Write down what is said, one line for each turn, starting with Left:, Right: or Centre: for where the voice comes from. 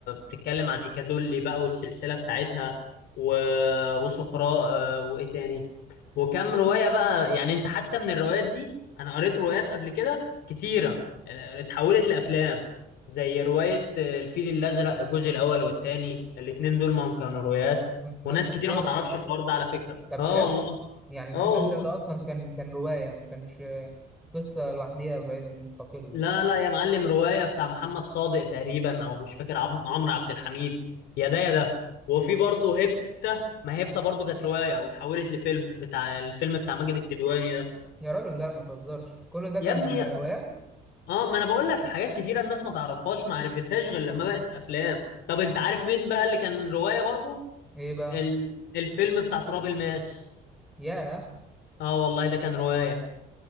Left: بتتكلم عن إيكادولي بقى والسلسلة بتاعتها و... وسقراء آه، وإيه تاني وكم رواية بقى يعني أنت حتى من الروايات دي أنا قريت روايات قبل كده كتيرة يعني اتحولت لأفلام زي رواية آه، الفيل الأزرق الجزء الأول والتاني الاتنين دول ما هم كانوا روايات
Centre: ما ما
Left: وناس
Centre: تهزرش
Left: كتيرة ما تعرفش الحوار ده على فكرة
Centre: ده بجد
Left: اه والله
Centre: يعني الفيل
Left: اه
Centre: الازرق
Left: والله
Centre: ده اصلا كان كان روايه ما كانش قصه لوحديها ب- مستقله
Left: لا لا يا معلم رواية بتاع محمد صادق تقريبا أو مش فاكر عم- عمرو عبد الحميد يا ده يا ده وفي برضه هيبتا ما هيبتا برضه كانت رواية واتحولت لفيلم بتاع الفيلم بتاع ماجد الكدواني
Centre: يا راجل لا ما تهزرش كل ده كان
Left: يا ابني
Centre: روايات
Left: اه ما انا بقول لك حاجات كتيره الناس ما تعرفهاش ما عرفتهاش غير لما بقت افلام طب انت عارف مين بقى اللي كان روايه برضو
Centre: ايه بقى
Left: ال... الفيلم بتاع تراب الماس
Centre: ياه
Left: اه والله ده كان روايه